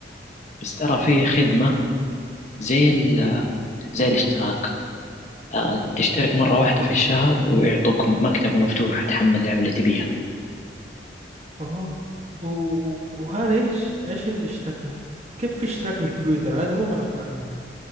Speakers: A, on the left; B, on the right.
A: بس ترى في خدمة زي ال- زي الاشتراك آه، تشترك مرة واحدة في الشهر ويعطوك مكتبة مفتوحة تحمل اللعبة اللي تبيها
B: اه و- و- وهذا ايش ايش الاشتراك ده كيف في اشتراك للكمبيوتر هذا اول مره اسمع عنها